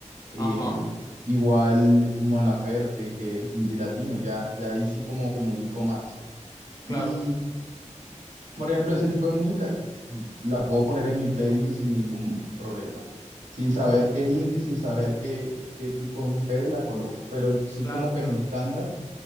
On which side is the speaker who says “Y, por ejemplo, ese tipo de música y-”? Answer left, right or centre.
Right